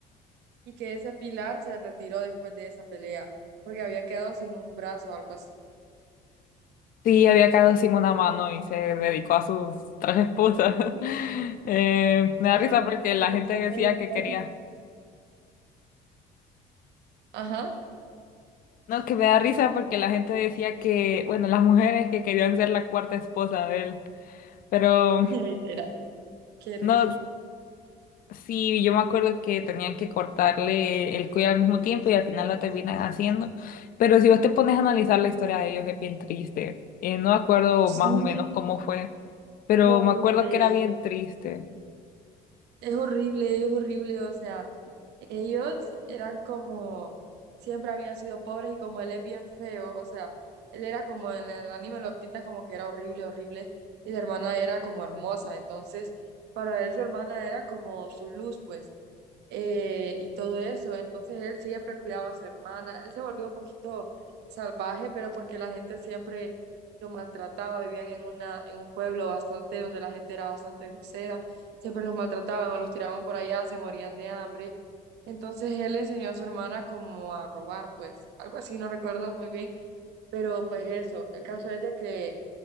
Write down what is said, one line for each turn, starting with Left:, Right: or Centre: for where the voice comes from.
Right: y que ese Pilar se retiró después de esa pelea, porque había quedado sin un brazo o algo así.
Left: Sí, había quedado sin una mano y se dedicó a sus tres esposas. <laughs> Eh, me
Right: Ajá,
Left: da risa porque la
Right: que te
Left: gente
Right: cortan
Left: decía
Right: el
Left: que
Right: brazo.
Left: quería.
Right: Ajá,
Left: No, que me da risa porque la gente decía que, bueno, las mujeres que querían ser la cuarta esposa de él. Pero
Right: <laughs> Literal. qué risa.
Left: no, sí, yo me acuerdo que tenían que cortarle el cuello al mismo tiempo y al final lo terminan haciendo. Pero si vos te pones a analizar la historia de ellos, es bien triste. Eh, no me acuerdo
Right: Sí,
Left: más o menos cómo fue, pero
Right: es horrible.
Left: me acuerdo que era bien triste.
Right: Es horrible, es horrible, o sea, ellos eran como, siempre habían sido pobres y como él es bien feo, o sea, él era como en el anime lo pintan como que era horrible, horrible, y la hermana era como hermosa, entonces para él su hermana era como su luz, pues. eh, y todo eso. Entonces él siempre cuidaba a su hermana. Él se volvió un poquito salvaje, pero porque la gente siempre lo maltrataba, vivían en una, en un pueblo bastante, donde la gente era bastante grosera, siempre los maltrataban o los tiraban por allá, se morían de hambre. Entonces él enseñó a su hermana como a robar, pues, algo así, no recuerdo muy bien, pero pues eso, el caso es de que,